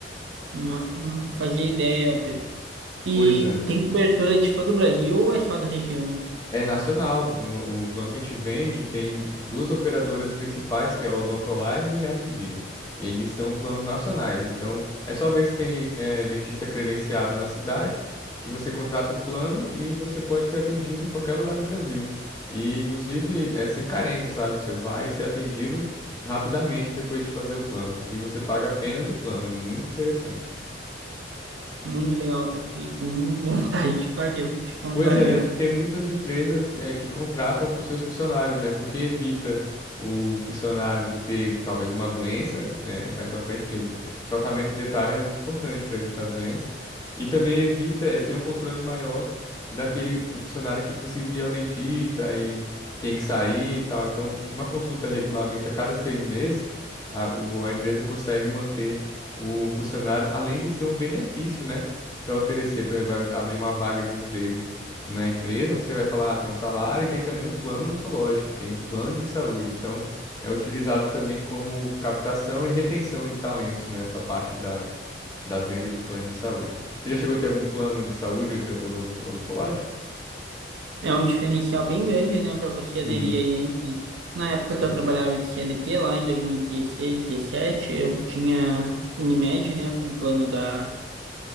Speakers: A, on the right; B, on the left.
A: Nossa, não fazia ideia, Pedro. E
B: Pois é.
A: tem cobertura de todo o Brasil ou é só da região, hein?
B: É nacional. O, o plano que a gente vende tem duas operadoras principais, que é a Odontolive e a Hapvida. Eles são planos nacionais, então é só ver se tem eh, dentista credenciado na cidade, que você contrata o plano e você pode ser atendido em qualquer lugar do Brasil. E, inclusive, é sem carência, sabe? Você vai ser atendido rapidamente depois de fazer o plano. E você paga apenas o plano. É muito interessante.
A: Muito legal, cara. Fiquei com <laughs> vontade de fazer, vou te contar,
B: Pois é,
A: viu?
B: tem muitas empresas é, que contratam para os seus funcionários, né? Porque evita o funcionário de ter talvez uma doença né, mais para frente, porque tratamento dentário é muito importante para evitar doença. E também evita é, ter um controle maior daquele funcionário que precisa ir ao dentista e tem que sair e tal. Então, uma consulta regularmente a cada seis meses, a, o- a empresa consegue manter o funcionário, além de ser um benefício, né? Para oferecer, por exemplo, vai abrir uma vaga de emprego na empresa, você vai falar, ah, tem um salário e tem também um plano odontológico, tem um plano de saúde. Então, é utilizado também como captação e retenção de talentos nessa parte da, das vendas de plano de saúde. Você já chegou a ter algum plano de saúde ou de odo- odontológico?
A: É um diferencial bem grande, né, pra você
B: Sim.
A: aderir aí à empresa. Na época
B: Hum.
A: que eu trabalhava de C L T lá em 2016, 17, eu tinha Unimed, né, com o plano da